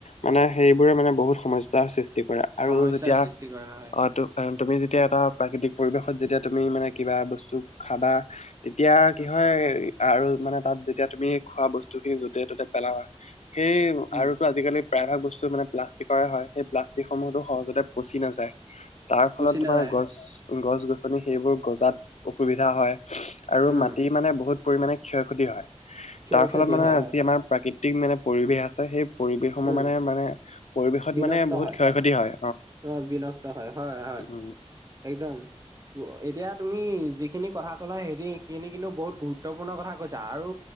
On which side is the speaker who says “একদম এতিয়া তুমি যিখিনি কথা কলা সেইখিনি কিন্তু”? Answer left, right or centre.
Right